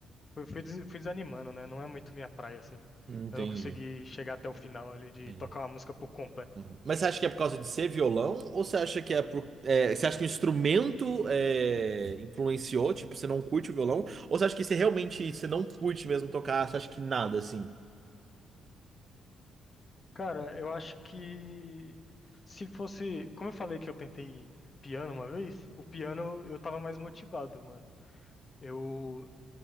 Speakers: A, on the left; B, on the right.
A: fui, fui des- fui desanimando, né? Não é muito minha praia, assim.
B: Entendi.
A: Eu não consegui chegar até o final ali de
B: Entendi.
A: tocar uma música por completo.
B: Uhum. Mas você acha que é por causa de ser violão? Ou você acha que é por. é, você acha que o instrumento é, influenciou? Tipo, você não curte o violão? Ou você acha que você realmente você não curte mesmo tocar? Você acha que nada assim?
A: Cara, eu acho que se fosse, como eu falei que eu tentei piano uma vez, o piano eu tava mais motivado, mano. Eu,